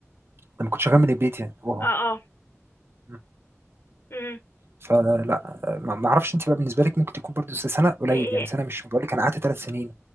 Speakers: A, on the right; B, on the left.
A: لما كنت شغال من البيت يعني وها
B: اه اه
A: م.
B: مم.
A: فلا ما ما اعرفش انت بقى بالنسبه لك ممكن تكون برضه سنه قليل
B: هي إيه؟
A: يعني سنه مش بقول لك انا قعدت ثلاث سنين